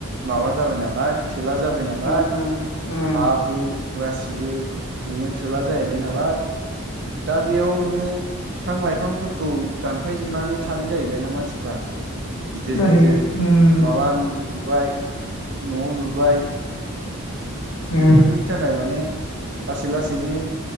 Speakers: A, on the right; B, on the left.
A: माबा जाबाय नालाय थोला जाबाय नालाय,
B: उम उम
A: हा-हु गासिबो नोङो थोला जाहैबाय नालाय दा बेयाव नोङो बिफां-लाइफांफोरखौ दानफायजोबनानै थानाय जाहैबायना मानसिफ्रा गिदिर
B: ओरै
A: गिदिर
B: उम
A: माबा लुबाय न' लुबाय
B: उम
A: बेफोरनि थाखाय माने लासै लासैनो